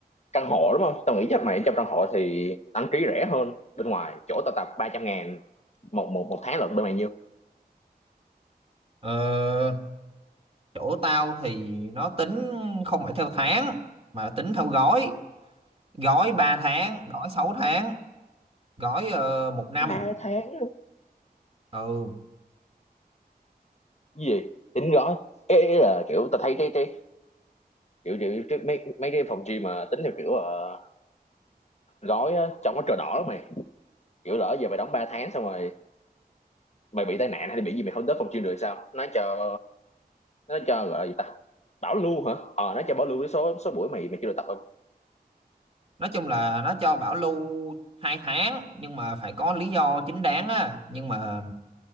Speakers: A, on the left; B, on the right.
A: căn hộ đúng không? Tao nghĩ chắc mày trong căn hộ thì đăng ký rẻ hơn bên ngoài. Chỗ tao tập ba trăm ngàn một một một tháng lận bên mày nhiêu?
B: Ờ, chỗ tao thì nó tính không phải theo tháng mà là tính theo gói gói ba tháng gói sáu tháng gói uh, một năm
A: Ba tháng luôn.
B: ừ
A: Cái Gì? Tính gói. Ê, ý là kiểu tao thấy cái cái kiểu, kiểu cái- mấy mấy cái phòng gym mà tính theo kiểu ờ, gói á, trông nó cờ đỏ lắm mày. Kiểu lỡ giờ mày đóng 3 tháng xong rồi mày bị tai nạn hay là bị gì mày không tới phòng chuyên được sao nó cho nó cho gọi là gì ta bảo lưu hả ờ nó cho bảo lưu cái số số buổi mày mày chưa được tập không
B: nói chung là nó cho bảo lưu 2 tháng nhưng mà phải có lý do chính đáng á nhưng mà